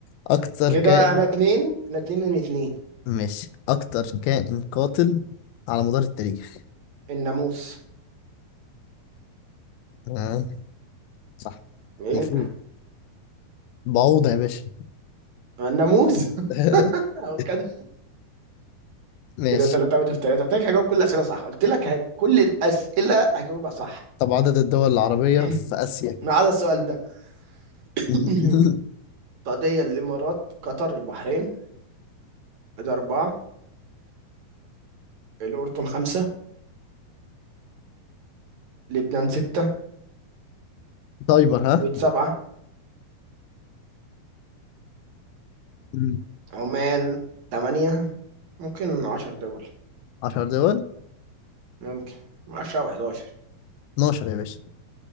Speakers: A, on the left; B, on the right.
A: أكتر
B: كده
A: كائن
B: أنا اتنين أنا اتنين من اتنين
A: ماشي أكتر كائن قاتل على مدار التاريخ
B: الناموس
A: آه. صح
B: ايه
A: المفروض بعوضة يا باشا
B: الناموس <laughs>
A: <laughs>
B: هو كده
A: ماشي
B: كده تلاتة اوت اوف تلاتة قلت لك هجاوب كل الأسئلة صح قلت لك هج... كل الأسئلة هجاوبها صح
A: طب عدد الدول العربية
B: <clears throat>
A: في آسيا
B: ما عدا السؤال ده <clears throat>
A: <laughs>
B: السعودية الإمارات قطر البحرين ده أربعة الأردن خمسة لبنان ستة
A: تايمر
B: الكويت
A: ها
B: سبعة
A: مم.
B: عمان تمانية ممكن عشر دول
A: عشر دول
B: ممكن عشرة أو حداشر
A: 12 يا باشا